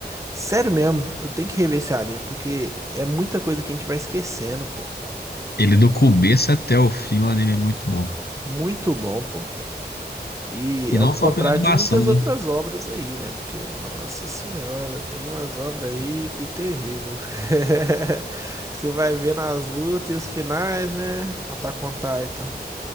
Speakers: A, on the right (about 20°); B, on the left (about 70°).
A: Sério mesmo, eu tenho que rever esse anime, porque é muita coisa que a gente vai esquecendo, pô.
B: ele do começo até o fim o anime é muito bom
A: Muito bom, pô. E
B: e
A: ao
B: não
A: contrário
B: só pela animação
A: de muitas
B: né
A: outras obras aí, né? Porque, nossa senhora, tem umas obras aí que terrível. <laughs> Você vai ver nas lutas e os finais, né? Attack on Titan.